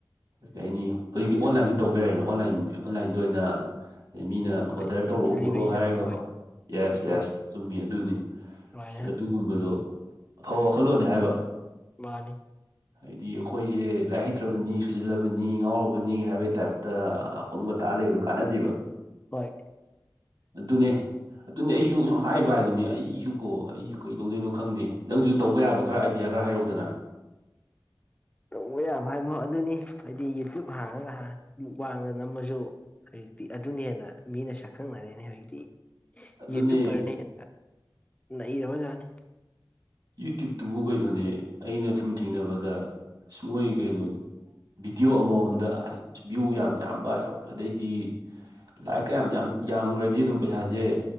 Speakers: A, on the right; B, on the left.
A: ꯀꯩ ꯍꯥꯏꯅꯤ ꯍꯧꯖꯤꯛꯇꯤ ꯑꯣꯟꯂꯥꯏꯟꯁꯨ ꯇꯧꯕ ꯌꯥꯔꯦꯅ ꯑꯣꯟꯂꯥꯏꯟ ꯑꯣꯟꯂꯥꯏꯟꯗ ꯑꯣꯏꯅ ꯑ ꯃꯤꯅ
B: ꯍꯣꯏ
A: ꯑꯣꯗꯔ ꯇꯧꯔꯛꯑꯣ
B: ꯗꯤꯂꯤꯚꯔꯤ
A: ꯈꯣꯠꯂꯣ ꯍꯥꯏꯔꯒꯀꯣ
B: ꯆꯠꯄ ꯍꯣꯏ
A: ꯌꯦꯁ
B: ꯎꯝ
A: ꯌꯦꯁ
B: ꯎꯝ
A: ꯆꯨꯝꯃꯤ ꯑꯗꯨꯅꯤ
B: ꯂꯣꯏꯅ
A: ꯑꯁ ꯑꯗꯨꯒꯨꯝꯕꯗꯣ ꯑꯐꯕ ꯋꯥꯈꯜꯂꯣꯟꯅꯦ ꯍꯥꯏꯕ
B: ꯃꯥꯅꯤ
A: ꯍꯥꯏꯗꯤ ꯑꯩꯈꯣꯏꯖꯦ ꯂꯥꯏꯔꯤꯛ ꯍꯩꯇ꯭ꯔꯕꯅꯤ ꯁꯨꯖꯤꯜꯂꯕꯅꯤ ꯉꯥꯎꯔꯕꯅꯤ ꯍꯥꯏꯕꯩ ꯇꯥꯏꯞ ꯇ ꯑꯄꯪꯕꯇꯥ ꯂꯩꯕꯗꯣ ꯀꯥꯟꯅꯗꯦꯕ
B: ꯍꯣꯏ
A: ꯑꯗꯨꯅꯦ ꯑꯗꯨꯅꯦ ꯑꯩꯁꯨ ꯁꯨꯝ ꯍꯥꯏꯕ ꯏꯕꯥꯏꯗꯨꯅꯦ ꯑꯩꯁꯨ ꯀꯣ ꯑꯩꯁꯨ ꯀꯩ ꯇꯧꯗꯨꯏꯅꯣ ꯈꯪꯗꯦ ꯅꯪꯁꯨ ꯇꯧꯕ ꯌꯥꯕ
B: ꯎꯝ
A: ꯈꯔ ꯑꯥꯏꯗꯤꯌꯥ ꯈꯔ ꯍꯥꯏꯔꯛꯎꯗꯅ
B: ꯇꯧꯕ ꯌꯥꯕ ꯍꯥꯏꯕꯣ ꯑꯗꯨꯅꯤ ꯍꯥꯏꯗꯤ ꯌꯨꯇ꯭ꯌꯨꯞ ꯍꯥꯡꯉꯒ ꯍꯥ ꯃꯨꯛꯕꯥꯡꯗ ꯅꯝꯃꯁꯨ ꯍꯧꯖꯤꯛꯇꯤ ꯑꯗꯨꯅ ꯍꯦꯟꯅ ꯃꯤꯅ ꯁꯛꯈꯪꯅꯔꯦꯅꯦ ꯍꯧꯖꯤꯛꯇꯤ
A: ꯑꯗꯨꯅꯦ
B: ꯌꯨꯇ꯭ꯌꯨꯞ ꯕ꯭ꯔꯅꯦꯅ ꯅꯩꯔꯕ ꯖꯥꯠꯅꯦ
A: ꯌꯨꯇ꯭ꯌꯨꯞꯇꯨꯕꯨ ꯀꯩꯅꯣꯅꯦ ꯑꯩꯅ ꯁꯨꯝ ꯊꯦꯡꯅꯕꯗ ꯁꯃꯣꯏ ꯀꯩꯅꯣ ꯚꯤꯗꯤꯑꯣ ꯑꯃꯃꯝꯗ ꯚ꯭ꯌꯨ ꯌꯥꯝ ꯌꯥꯝꯕ ꯑꯗꯩꯗꯤ ꯂꯥꯏꯛ ꯀ ꯌꯥꯝ ꯌꯥꯝ ꯌꯥꯝꯈꯒ꯭ꯔꯗꯤ ꯑꯗꯨꯝ ꯄꯩꯁꯥꯁꯦ